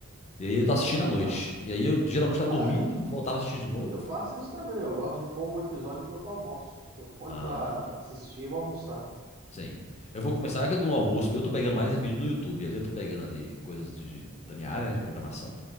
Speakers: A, on the left; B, on the right.
A: E aí eu tava assistindo
B: Aham.
A: à noite. E aí eu geralmente tava
B: Ah,
A: dormindo, voltava a assistir de novo.
B: Eu faço isso também, eu gosto de pôr um episódio enquanto eu almoço. Eu ponho
A: Ah,
B: pra assistir e vou almoçar.
A: sim. Eu vou começar, quando no almoço meu, eu tô pegando mais é vídeo do YouTube. Ali eu tô pegando ali coisas de- de- da minha área, né, de programação.